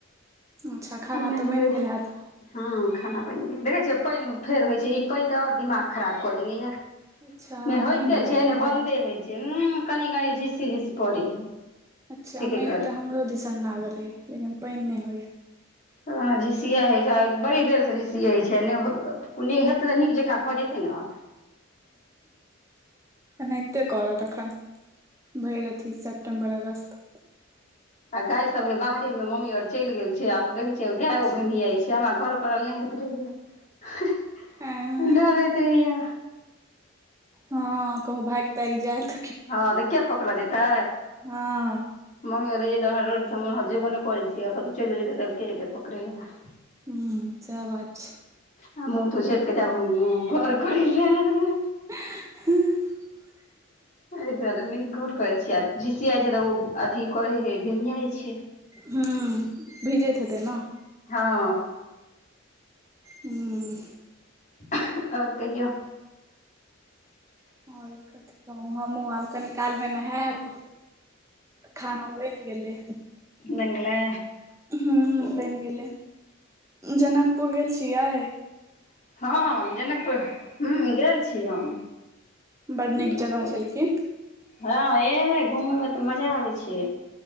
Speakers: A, on the right (about 15°); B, on the left (about 40°).
A: अच्छा खाना
B: हम नै
A: तऽ
B: जेबै
A: बनि गेल हैत
B: हँअ। खाना बनि गेल, देखै छियै पाइन फेर होइ छै ई पाइन तऽ आओर दिमाग खराब कऽ देने येए।
A: अच्छा
B: ने होइते
A: पानि भरल
B: छै
A: यै
B: ने बन्दे होइ छै उं कनि - कनि झिस्सी - झिस्सी पड़ै
A: अच्छा
B: एक
A: मेघ
B: एक रति
A: त हमरो दिसन लागल अइ लेकिन पाइन नै होइये।
B: हॅं झिसियाइ हइ छै बड़ी देर से झिसियाइ छै ने नीक हेतै तऽ नीक जकाँ भऽ जेतै न।
A: एनाहिते करत अखन। भरि अथी सेप्टेम्बर, अगस्त।
B: आ गाय सभ हइ बाहरे मे मम्मी आर चलि गेल छै आब देखै छियै गेएओ
A: अच्छा
B: भमहियाइ छै हमरा घर करल नै होइत रहैये
A: एं
B: डर होइत रहैये।
A: हँ कहूं भाइग - ताइग जेएत।
B: हँ त के पकड़ऽ जेतै।
A: हँ।
B: मम्मी आर रहै छै तखन रोड सब हम जइबो नै करै छियै कतहु चइलो जेतै त के जेतै पकड़ै ले।
A: हूं सेएह बात छै।
B: आब मुंह- तुंह झांपि के जेएब हम घर करैले।
A: <inaudible>
B: अइ दुआरे नै घर करै छियै आ झिसियाइ छै तऽ ओ अथी कहै है भमहियाइ छै।
A: हूं उं भीजैत हेतै न।
B: हँ।
A: हूँ।
B: आओर कहियौ?
A: आओर कथि कहू हमहु आब कनी काल मे नहेएब। खाना बइन गेलै।
B: बनि गेलै?
A: हूॅं बनि गेलै। जनकपुर गेल छी यै?
B: हँ हॅं हम जनकपुर हूॅं गेल छी हम
A: बड
B: जनकपुर।
A: नीक जगह छै लेकिन
B: हँ एंह घूमै मे तऽ मजा अबै छै।